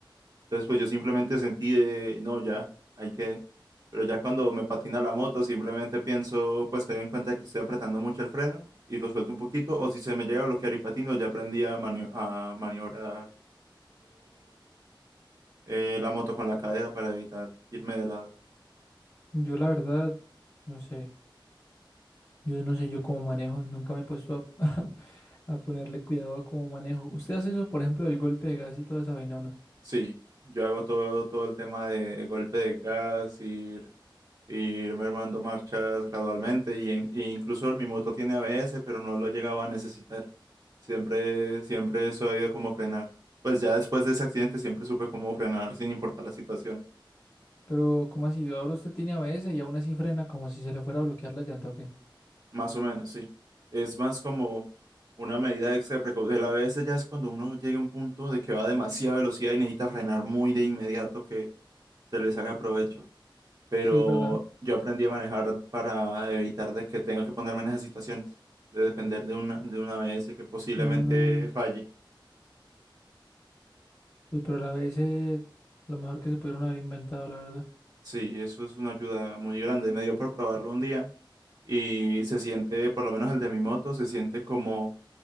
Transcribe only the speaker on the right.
Entonces pues yo simplemente sentí de, no, ya, hay que, pero ya cuando me patina la moto simplemente pienso pues que doy en cuenta que estoy apretando mucho el freno y lo suelto un poquito, o si se me llega a bloquear y patino, ya aprendí a, mani- a maniobrar eh, la moto con la cadera para evitar irme de lado.
Sí, yo hago todo, todo el tema de golpe de gas, ir, ir mermando marchas gradualmente y, en- y incluso mi moto tiene ABS, pero no lo llegaba a necesitar. Siempre, siempre he sabido cómo frenar. Pues ya después de ese accidente siempre supe cómo frenar sin importar la situación.
Más o menos, sí. Es más como una medida extra de precaución. El ABS ya es cuando uno llega a un punto de que va a demasiada velocidad y necesita frenar muy de inmediato que se le saca provecho. Pero
yo aprendí a manejar para evitar de que tenga que ponerme en esas situaciones, de depender de una, de una ABS que posiblemente
falle.
Sí, eso es una ayuda muy grande. Me dio por probarlo un día y se siente, por lo menos el de mi moto, se siente como